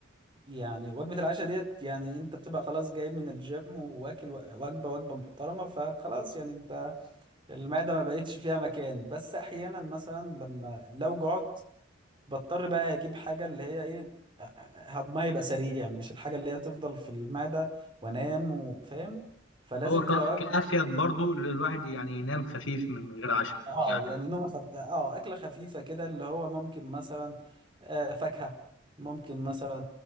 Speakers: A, on the right (about 25°); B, on the left (about 80°).
A: يعني وجبة العشاء ديت يعني انت بتبقى خلاص جاي من الجيم واكل و- وجبة وجبة محترمة فخلاص يعني انت المعدة ما بقتش فيها مكان بس احيانا مثلا لما لو جعت بضطر بقى اجيب حاجة اللي هي ايه هضمها يبقى سريع مش الحاجة اللي هي تفضل في المعدة وانام وفاهم فلازم
B: هو ك-
A: تبقى وجبة
B: كافيد برضو للواحد يعني ينام خفيف من غير عشاء
A: اه
B: يعني
A: يعني نومه خف... اه اكله خفيفه كده اللي هو ممكن مثلا آه فاكهه ممكن مثلا